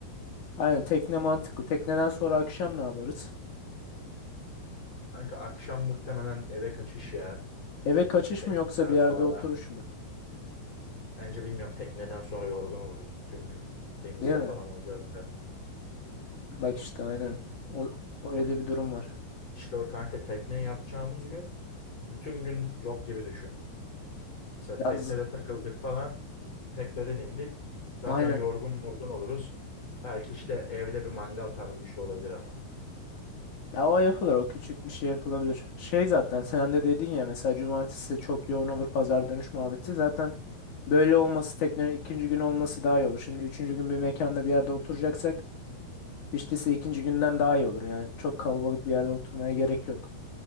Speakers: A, on the left (about 45°); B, on the left (about 25°).
A: Aynen tekne mantıklı. Tekneden sonra akşam ne yaparız?
B: Kanka akşam muhtemelen eve kaçış ya.
A: Eve kaçış
B: Tekneden
A: mı yoksa bir yerde
B: sonra.
A: oturuş mu?
B: Bence bilmiyorum tekneden sonra yorgun oluruz bütün gün. Denizde
A: Değil mi?
B: falan olacağız da.
A: Bak işte aynen. O, o öyle bir durum var.
B: İşte o kanka tekne yapacağımız gün bütün gün yok gibi düşün. Mesela teknede
A: Ya, z-
B: takıldık falan. Tekneden indik. Zaten
A: aynen.
B: yorgun morgun oluruz. Belki işte evde bir mangal tarzı bir şey olabilir ama.
A: Ya o yapılır o küçük bir şey yapılabilir. Şey zaten sen de dedin ya mesela cumartesi de çok yoğun olur pazar dönüş muhabbeti. Zaten böyle olması teknenin ikinci gün olması daha iyi olur. Şimdi üçüncü gün bir mekanda bir yerde oturacaksak hiç değilse ikinci günden daha iyi olur. Yani çok kalabalık bir yerde oturmaya gerek yok.